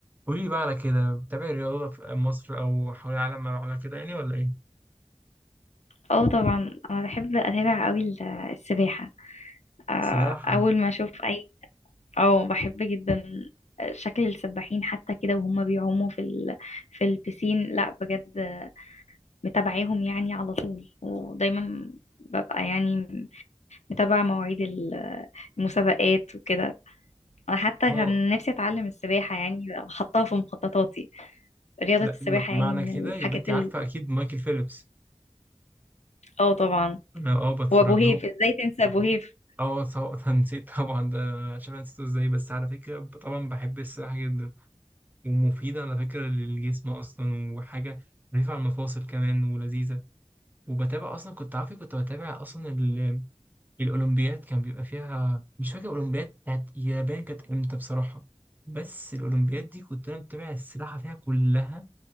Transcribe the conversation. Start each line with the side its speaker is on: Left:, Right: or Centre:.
Right: قولي بقى على كده بتابعي الرياضة في مصر أو حول العالم على كده يعني ولا إيه؟
Left: اه طبعا انا بحب اتابع قوي ال- السباحه آه،
Right: سباحة
Left: اول ما اشوف اي اه بحب جدا شكل السباحين حتى كده وهم بيعوموا في ال... في البسين لا بجد متابعاهم يعني على طول ودايما ببقى يعني متابعه مواعيد ال- المسابقات وكده انا حتى
Right: أه
Left: كان نفسي اتعلم السباحه يعني حطها في مخططاتي رياضه
Right: لا
Left: السباحه
Right: م-
Left: يعني
Right: معنى
Left: من
Right: كده
Left: الحاجات
Right: يبقى أنت
Left: ال...
Right: عارفة أكيد مايكل فيليبس
Left: اه طبعا
Right: أنا أه بتفرج
Left: وابو هيف
Right: له
Left: ازاي تنسى ابو هيف
Right: أه سواء <laughs> نسيت طبعا ده عشان أنا نسيته إزاي بس على فكرة ب- طبعا بحب السباحة جدا ومفيدة على فكرة للجسم أصلا وحاجة رفيعة على المفاصل كمان ولذيذة وبتابع أصلا كنت عارفة كنت بتابع أصلا الأولمبياد كان بيبقى فيها مش فاكر الأولمبياد بتاعت اليابان كانت إمتى بصراحة بس الأولمبياد دي كنت أنا متابع السباحة فيها كلها